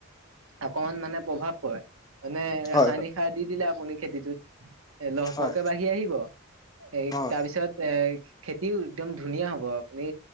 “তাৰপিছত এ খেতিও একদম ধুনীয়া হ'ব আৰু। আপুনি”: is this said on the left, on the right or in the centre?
Right